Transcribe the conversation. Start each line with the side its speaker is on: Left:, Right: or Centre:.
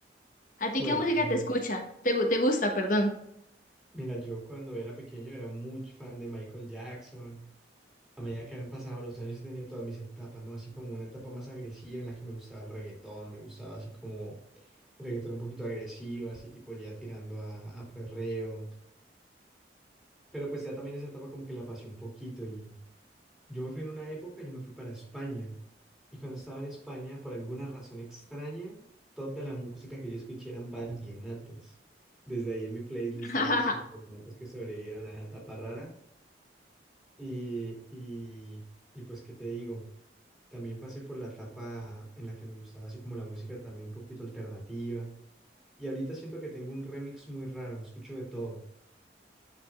Left: ¿A
Centre: Bueno,
Left: ti qué música
Centre: mira,
Left: te escucha? Te, gu- te gusta, perdón.
Centre: mira, yo cuando era pequeño era muy fan de Michael Jackson. a medida que han pasado los años he tenido todas mis etapas, ¿no? Así como una etapa más agresiva en la que me gustaba el reggaetón, me gustaba así como reggaetón un poquito agresivo, así tipo ya tirando a, a perreo. Pero pues ya también esa etapa como que la pasé un poquito y yo me fui en una época, yo me fui para España. Y cuando estaba en España, por alguna razón extraña, toda la música que yo escuché eran vallenatos. Desde ahí en mi playlist
Left: <laughs>
Centre: hay unos cuantos vallenatos que sobrevivieron a esa etapa rara. Y, y, y pues, ¿qué te digo? También pasé por la etapa en la que me gustaba así como la música también un poquito alternativa. Y ahorita siento que tengo un remix muy raro, escucho de todo.